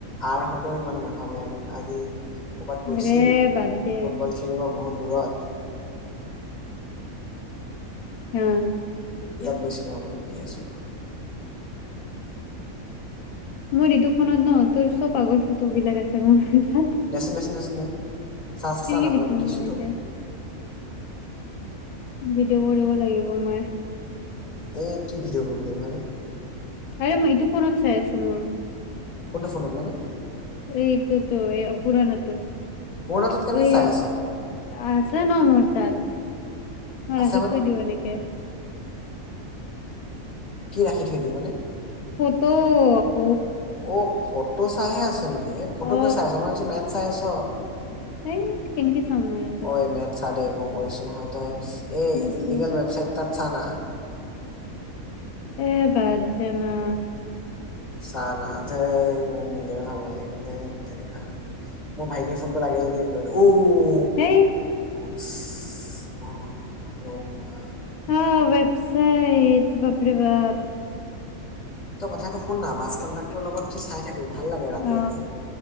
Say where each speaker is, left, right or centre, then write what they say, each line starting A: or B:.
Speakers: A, on the left (about 30°); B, on the left (about 80°).
A: আই হঁতেও ইমান নাভাবে আৰু আজি - কবাত গৈছিল।
B: আৰে বাদ দে
A: ফুটবল খেলিব বহুত দূৰত।
B: উম
A: ইয়াত গৈছিলো আমলোক দি আছো ৰ -
B: মোৰ ইতো ফোনত ন তোৰ চব আগৰ ফটো বিলাক আছে <unintelligible>
A: দেচোন দেচোন দেচোন দে চা চা
B: কেনেকে
A: চা না
B: দেখিম
A: এইটো দিছো
B: মই
A: তোক
B: এতিয়া? ভিডিঅ'কৰিব লাগিব মই।
A: এ কি ভিডিঅ' কৰিব লাগিব আৰে -
B: আৰে মই এইটো ফোনত চাই আছো মোৰ -
A: কোনটো ফোনত মানে?
B: এইটোতো এই পুৰনাটো -
A: পুৰণাটোত কেনেকে
B: অঐ
A: চাই আছ
B: আছে ন মৰো তাত। মই
A: আছে
B: ৰাখি
A: মানে
B: থৈ দিও এনেকে।
A: কি ৰাখি থৈ দিওঁ মানে?
B: <inaudible>
A: অ ফটো চাইহে আছ নেকি এ ফটো
B: অ
A: কে চাই আছ মানে মই ভাবিছো মেফ চাই আছ।
B: হেই কেনকে চম মই এতে?
A: ঐ মেথ চা দেই মই কৈছো হয় তই এই
B: বাদ
A: ইলিগেল
B: দে
A: ৱেবচাইট তাত চানা।
B: এ বাদ দে না।
A: চা না ধেই মোৰ নিজৰ ভাল নালাগিব ধেততেৰিকা। মো ভাইটিৰ ফোনটো লাগে যদি লৈ ও -
B: হেই
A: <inaudible>
B: অ, ব্যবচাইত বাপাৰে বাপ।
A: তই কথাটো শুননা বাছ কান ডাক্টৰ লগত যে চাই থাকো ভাল লাগে ৰাতি
B: অ
A: ৰাতি।